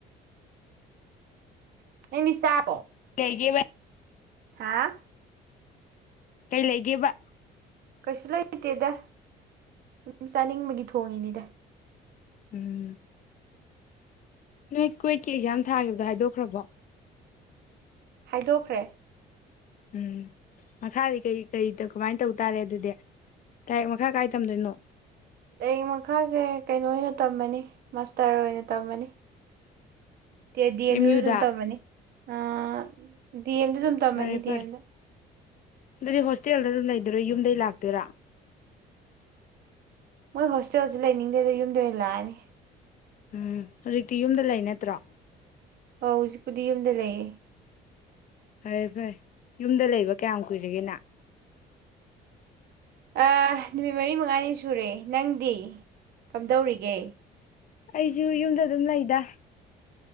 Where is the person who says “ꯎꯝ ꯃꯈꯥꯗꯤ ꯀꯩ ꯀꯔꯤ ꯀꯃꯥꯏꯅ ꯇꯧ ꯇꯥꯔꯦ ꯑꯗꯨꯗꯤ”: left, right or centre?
Left